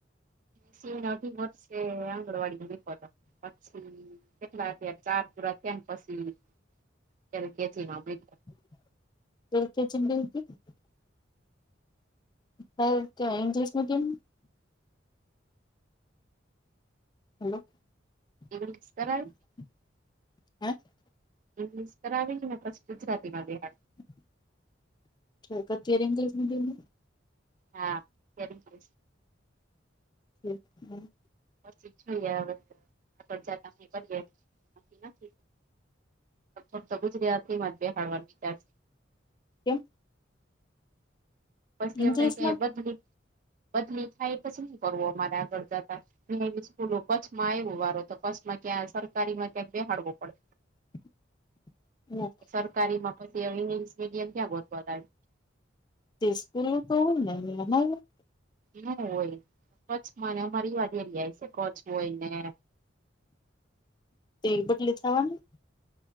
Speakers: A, on the right; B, on the left.
A: <unintelligible> ન વર્ષે આંગણવાડી નહી પતે. પછી કેટલાર ચાર <unintelligible> પછી. <unintelligible>
B: <unintelligible> <unintelligible> ઈનગલિસમા કોને. <inaudible>
A: <unintelligible>
B: <inaudible>
A: ઇંગ્લિશત આવી ને પસી ગુજરાતીમાં બેહાર.
B: <unintelligible>
A: હા. <unintelligible>
B: <inaudible>
A: પછી જોઈએ હવે આગળ જતા કરીએ. <unintelligible> લગતો ગુજરાતીમાં જ બિહારવાળ ત્યાર
B: કેમ?
A: પછી
B: ઇંગ્લિશમાં
A: હવે કે બદલી બદલી થાય પછી નહી કરવું અમારે આગળ જતા. એવી સ્કૂલો કચ્છમાં આવ્યો વારો તો કચ્છમાં ક્યાં સરકારીમાં ક્યાં બેહાડવો પડે.
B: <inaudible>
A: સરકારીમાં પછી ઇંગ્લિશ મીડિયમ ક્યા ગોતવા જાય?
B: તે સ્કૂલું તો હોય ને. <unintelligible>
A: ના હોય કચ્છમાંને અમારી વાત એવી જાય છે કચ્છ હોય ને
B: તે બદલી થવાની?